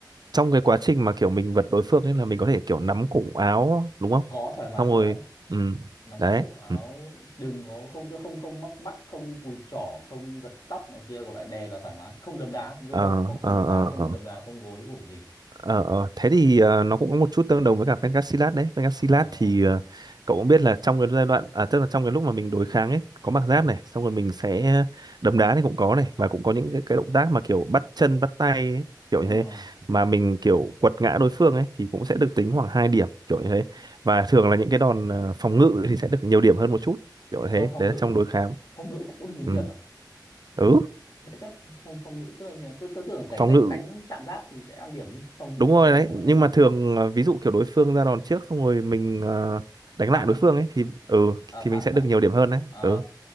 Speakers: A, on the right (about 60°); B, on the left (about 55°).
A: trong cái quá trình mà kiểu mình vật đối phương ấy là mình có thể kiểu nắm cổ áo đúng không
B: có thoải mái
A: xong rồi
B: thoải mái
A: ừ
B: nắm
A: đấy
B: cổ áo
A: ừ.
B: đừng có không tức không không móc mắt không cùi chỏ không giật tóc nọ kia còn lại đè là thoải mái không đấm đá judo
A: ờ
B: không không
A: ờ
B: đấm
A: ờ
B: đá không
A: ờ.
B: đấm đá không gối cũng gì
A: Ờ, ờ, thế thì ờ, nó cũng có một chút tương đồng với cả Pencastilat đấy. Pencastilat
B: ờ
A: thì ờ, cậu cũng biết là trong cái giai đoạn, à, tức là trong cái lúc mà mình đối kháng ấy, có mặc
B: ờ
A: giáp này, xong rồi mình sẽ đấm đá này cũng có này, và cũng có những cái, cái động tác mà kiểu bắt chân, bắt tay ấy, kiểu như
B: ờ.
A: thế, mà mình kiểu quật ngã đối phương ấy thì cũng sẽ được tính khoảng 2 điểm kiểu như thế. Và thường là những cái đòn ờ, phòng ngự thì sẽ được nhiều điểm hơn một chút kiểu
B: đòn
A: thế.
B: phòng
A: Đấy là
B: ngự
A: trong đối kháng.
B: phòng ngự cũng được tính
A: Ừ,
B: điểm à
A: ừ
B: lẽ chắc phòng phòng ngự tức là nhờ tôi, tôi tưởng phải
A: phòng
B: đánh
A: ngự
B: đánh chạm giáp thì sẽ ăn điểm nhưng phòng ngự
A: đúng
B: thì
A: rồi
B: sẽ nhiều
A: đấy nhưng
B: ăn điểm
A: mà thường ờ, ví dụ kiểu đối phương ra đòn trước xong rồi mình ờ, đánh
B: phản
A: lại đối
B: á
A: phương ấy thì ừ
B: à,
A: thì
B: phản
A: mình sẽ
B: phản
A: được nhiều điểm hơn đấy
B: à,
A: ừ